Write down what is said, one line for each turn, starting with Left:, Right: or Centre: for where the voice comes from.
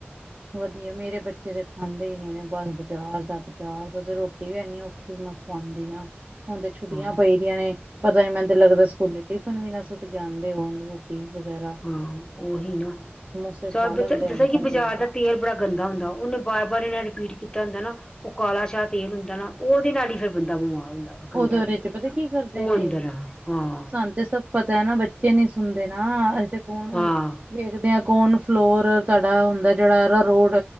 Right: ਵਧੀਆ, ਮੇਰੇ ਬੱਚੇ ਤਾਂ ਖਾਂਦੇ ਹੀ ਨਹੀਂ ਨੇ ਬਸ ਬਜ਼ਾਰ ਦਾ, ਬਾਰ ਦਾ, ਤੇ ਰੋਟੀ ਵੀ ਇਨੀ ਔਖ ਔਖੀ ਮੈਂ ਖਵਾਉਂਦੀ ਹਾਂ <unintelligible> ਹੁਣ ਤੇ ਛੁੱਟੀਆਂ
Left: ਹਾਂ
Right: ਪਈਦੀਆਂ ਨੇ। ਪਤਾ ਨੀ, ਮੈਨੂੰ ਤੇ ਲੱਗਦਾ ਏ ਸਕੂਲੇ ਟਿਫਨ ਵੀ ਨਾ ਸੁੱਟ ਕੇ ਆਉਂਦੇ ਹੋਣ। ਟੀ ਵਗੈਰਾ।
Left: ਹਾਂ ਉਹੀ ਨਾ।
Right: ਸਮੋਸੇ
Left: ਸਾਫ
Right: ਖਾ ਲੈਂਦੇ
Left: ਦੱਸਾਂ ਜਿਸਰਾ
Right: ਹੋਏਗੇ
Left: ਕਿ
Right: ਕੰਟੀਨ
Left: ਬਾਜ਼ਾਰ
Right: ਤੋਂ
Left: ਦਾ ਤੇਲ ਬੜਾ ਗੰਦਾ ਹੁੰਦਾਂ, ਉਹਨੇ ਬਾਰ ਬਾਰ ਇਹਨਾਂ ਰਿਪੀਟ ਕੀਤਾ ਹੁੰਦਾਂ ਨਾ। ਉਹ ਕਾਲਾ ਸ਼ਾਹ ਤੇਲ ਹੁੰਦਾਂ ਨਾ, ਉਹਦੇ ਨਾਲ ਫਿਰ ਬੰਦਾਂ ਬਿਮਾਰ ਹੁੰਦਾਂ ਵਾ ਗੰਦਾਂ
Right: ਉਹ ਤੇ ਉਹਦੇ
Left: ਤੇਲ
Right: ਚ
Left: ਹੁੰਦਾਂ
Right: ਪਤਾ
Left: ਨਾ
Right: ਕੀ ਕਰਦੇ
Left: ਉਹ
Right: ਜੇ
Left: ਅੰਦਰ ਆ ਹਾਂਅਅਅ
Right: ਸਾਨੂੰ ਤੇ ਸਭ ਪਤਾ ਹੈ ਨਾ, ਬੱਚੇ ਨੀ ਸੁਣਦੇ ਨਾ, ਅਸੀ ਤੇ ਕੌਣ ਉਹ
Left: ਹਾਂ
Right: ਵੇਖਦੇ ਹਾਂ। ਕੌਣ ਫਲੋਰ ਤੜਾ ਹੁੰਦਾਂ ਜਿਹੜਾ ਆਰਾਰੋਡ